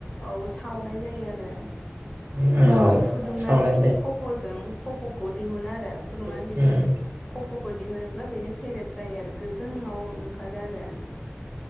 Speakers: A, on the left (about 15°); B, on the right (about 50°).
A: औ सावनाय जायो आरो
B: औ
A: <inaudible> फुदुंनानै
B: सावनाय
A: बिनि खफ'जों <inaudible> खफ'खौ दिहुनो आरो फुदुंनानै
B: जायो
A: बिनि खफ'खौ दिहुनोब्ला बेनो सेरेब जायो आरो गोजोंआव ओंखारो आरो <inaudible>